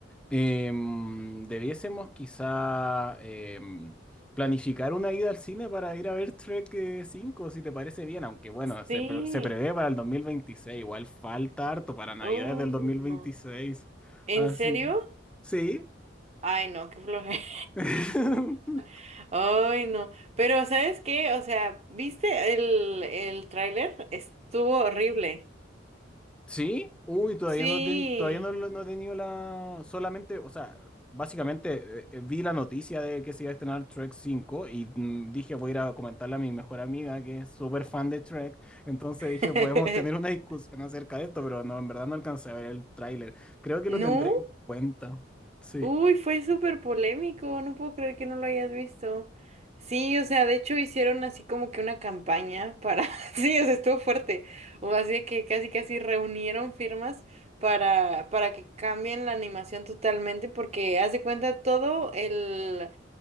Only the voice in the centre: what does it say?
Em, debiésemos quizá em, planificar una ida al cine para ir a ver Trek eh, 5, si te parece bien, aunque bueno, se,
pre- se prevé para el 2026, igual falta harto para Navidades
del dos mil veintiséis,
Así.
Sí.
<laughs>
Sí, uy, todavía
no, ten- todavía no, lo- no he tenido la... Solamente, o sea, básicamente eh, eh, vi la noticia de que se iba a estrenar Trek 5 y mm, dije voy a ir a comentarle a mi mejor amiga que es súper fan de Trek. Entonces dije
podemos tener una discusión acerca de esto, pero no, en verdad no alcancé a ver el tráiler. Creo que
lo tendré en cuenta. Sí.